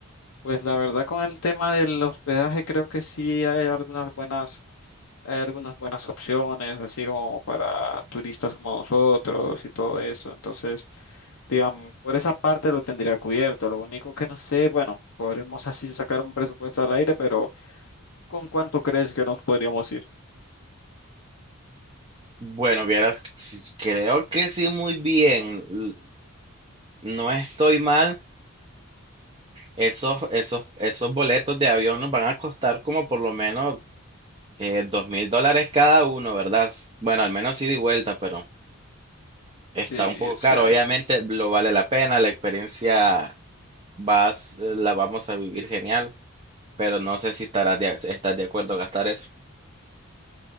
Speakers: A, on the left; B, on the right.
A: pues la verdad con el tema del hospedaje creo que sí hay algunas buenas Hay algunas buenas opciones, así como para turistas como nosotros y todo eso. Entonces, digamos, por esa parte lo tendría cubierto. Lo único que no sé, bueno, podremos así sacar un presupuesto al aire, pero ¿con cuánto crees que nos podríamos ir?
B: Bueno, vieras, sí, creo que sí, muy bien, l- no estoy mal, esos, esos, esos boletos de avión nos van a costar como por lo menos dos mil dólares cada uno, ¿verdad? Bueno, al menos ida y vuelta, pero... Está
A: Sí,
B: un poco
A: es cierto.
B: caro, obviamente lo vale la pena, la experiencia vas, eh, la vamos a vivir genial, pero no sé si estarás de, estás de acuerdo a gastar eso.